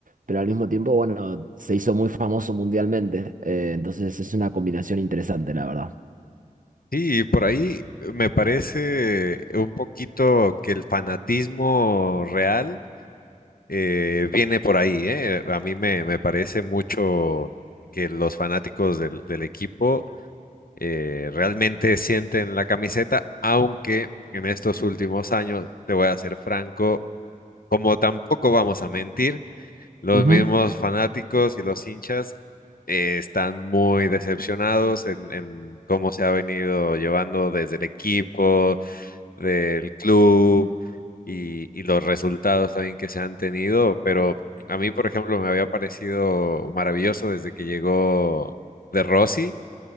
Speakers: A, on the right; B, on the left.
A: pero al mismo tiempo, bueno, se hizo muy famoso mundialmente. Eh, entonces es una combinación interesante, la verdad.
B: Sí, y por ahí me parece un poquito que el fanatismo real eh, viene por ahí, ¿eh? A mí me, me parece mucho que los fanáticos del, del equipo eh, realmente sienten la camiseta, aunque en estos últimos años, te voy a ser franco, como tampoco vamos a mentir, los
A: Ujú.
B: mismos fanáticos y los hinchas eh, están muy decepcionados en, en cómo se ha venido llevando desde el equipo, del club y, y los resultados también que se han tenido. Pero a mí, por ejemplo, me había parecido maravilloso desde que llegó De Rossi